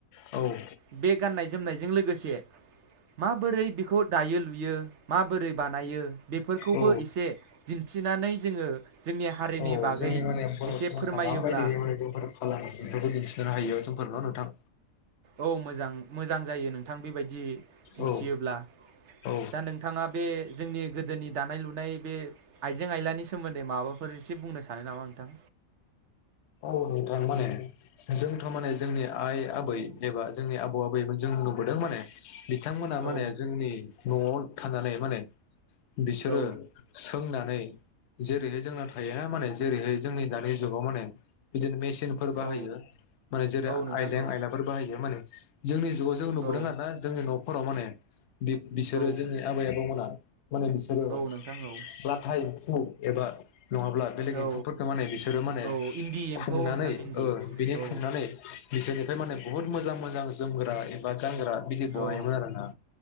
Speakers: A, on the left (about 60°); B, on the right (about 60°).
A: औ।
B: बे गाननाय जोमनायजों लोगोसे माबोरै बेखौ दायो लुयो? माबोरै बानायो? बेफोरखौबो
A: औ
B: एसे दिन्थिनानै जोङो जोंनि हारिनि
A: औ
B: बागै
A: जोंनि माने बर
B: एसे
A: समाजा
B: फोरमायोब्ला
A: माबायदि माने जोंफोर फालांगि बेफोरखौ दिन्थिनो हायो ज फोरबा नुथां
B: औ मोजां मोजां जायो नोंथां बेबायदि। दिन्थियोब्ला
A: औ औ
B: दा नोंथाङा बे जोंनि गोदोनि दानाय, लुनाय बे आइजें आइलानि सोमोन्दै माबाफोर एसे बुंनो सानो नामा नोंथां?
A: औ नोंथां माने जोंथ माने जोंनि आइ आबै एबा जोंनि आबौ आबैमोन जों नुबोदों माने। बिथांमोनहा
B: औ
A: माने जोंनि नआव थानानै माने। बिसोरो
B: औ
A: सोंनानै जेरैहाय जोंना थाया माने जेरैहाय जोंनि दानि जुगाव माने। बेदिनो मेसि न फोर बाहायो
B: औ
A: माने जेरै
B: औ नोंथां
A: आइलें
B: औ
A: आयलाफोर बाहायो माने। जोंनि जुगाव जों नुबोदों
B: औ
A: आरोना जोंनि न हराव माने बि-बिसोरो
B: औ
A: जोंनि आबै आबौमोनहा माने बिसोरो
B: औ नोंथां औ
A: लाथा एम्फ औ एबा नङाब्ला बेलेग
B: औ
A: एम्फौफोरखौ माने बिसोरो माने
B: औ इन्दि एम्फौ
A: खुंनानै
B: नोंथां इन्दि
A: ओ बिनि
B: औ
A: खुंनानै बिसोरनिफ्राय माने बुहुत मोजां मोजां जोमग्रा एबा गानग्रा बिदि बनायोमोन
B: औ
A: आरो ना